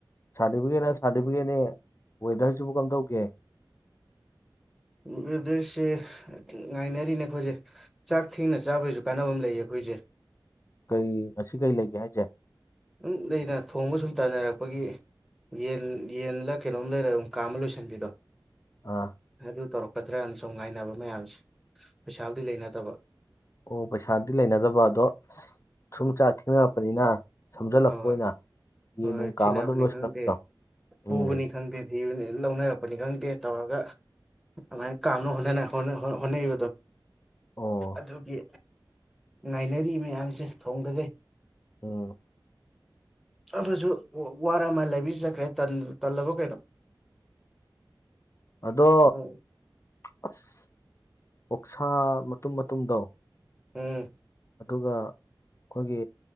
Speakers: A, on the left; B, in the centre.
A: ꯁꯥꯔꯗꯤꯕꯤꯒꯦꯠꯅ ꯁꯥꯔꯗꯤꯕꯤꯒꯦꯠꯅꯤ ꯋꯦꯗ꯭ꯔꯁꯤꯕꯨ ꯀꯝꯗꯧꯒꯦ
B: ꯎꯝ ꯋꯦꯗ꯭ꯔꯁꯦ ꯉꯥꯏꯅꯔꯤꯅꯦ ꯑꯩꯈꯣꯏꯁꯦ ꯆꯥꯛ ꯊꯦꯡꯅ ꯆꯥꯕꯩꯖꯨ ꯀꯥꯟꯅꯕ ꯑꯃ ꯂꯩꯌꯦ ꯑꯩꯈꯣꯏꯁꯦ
A: ꯀꯩ ꯉꯁꯤ ꯀꯩ ꯂꯩꯒꯦ ꯍꯥꯏꯖꯦ
B: ꯎꯝ ꯂꯩꯗ ꯊꯣꯡꯕ ꯁꯨꯝ ꯇꯟꯅꯔꯛꯄꯒꯤ ꯌꯦꯟ ꯌꯦꯟꯂ ꯀꯩꯅꯣꯝ ꯂꯩꯔꯒ ꯀꯥꯝꯃ ꯂꯣꯏꯁꯤꯟꯕꯤꯗꯣ
A: ꯑꯥ
B: ꯑꯗꯨ ꯇꯧꯔꯛꯀꯗ꯭ꯔꯅ ꯁꯨꯝ ꯉꯥꯏꯅꯕ ꯃꯌꯥꯝꯁꯦ ꯄꯩꯁꯥꯕꯨꯗꯤ ꯂꯩꯅꯗꯕ
A: ꯑꯣ ꯄꯩꯁꯥꯗꯤ ꯂꯩꯅꯗꯕ ꯑꯗꯣ ꯁꯨꯝ ꯆꯥꯛ ꯊꯦꯡꯅꯔꯛꯄꯅꯤꯅ ꯁꯝꯖꯜꯂꯛꯄ
B: ꯍꯣꯏ
A: ꯑꯣꯏꯅ ꯌꯦꯟ
B: ꯍꯣꯏ
A: ꯅꯨꯡ
B: ꯍꯣꯏ
A: ꯀꯥꯝꯃꯒ
B: ꯊꯤꯅꯕꯅꯤ
A: ꯑꯗꯨꯝ ꯂꯣꯏꯁꯤꯜꯂꯛꯄꯗꯣ
B: ꯈꯪꯗꯦ ꯄꯨꯕꯅꯤ
A: ꯎꯝ
B: ꯈꯪꯗꯦ ꯊꯤꯕꯅꯤ ꯂꯧꯅꯔꯛꯄꯅꯤ ꯈꯪꯗꯦ ꯇꯧꯔꯒ ꯥꯑꯃꯥꯏꯅ ꯀꯥꯝꯅ ꯍꯣꯠꯅꯅ ꯍꯣꯠꯅ ꯍꯣꯠꯅꯩꯕ ꯑꯗꯨꯝ
A: ꯑꯣ
B: ꯑꯗꯨꯒꯤ ꯉꯥꯏꯅꯔꯤ ꯃꯌꯥꯝꯁꯦ ꯊꯣꯡꯗꯒꯩ
A: ꯎꯝ
B: ꯑꯃꯖꯨ ꯋꯥꯔꯃꯥꯜ ꯂꯥꯏꯕꯦꯔꯤ ꯆꯠꯈ꯭ꯔꯦ ꯇꯟ ꯇꯜꯂꯕ ꯀꯩꯅꯣ
A: ꯑꯗꯣ
B: ꯎꯝ
A: ꯑꯁ ꯑꯣꯛꯁꯥ ꯃꯇꯨꯝ ꯃꯇꯨꯝꯗꯣ
B: ꯎꯝ
A: ꯑꯗꯨꯒ ꯑꯩꯈꯣꯏꯒꯤ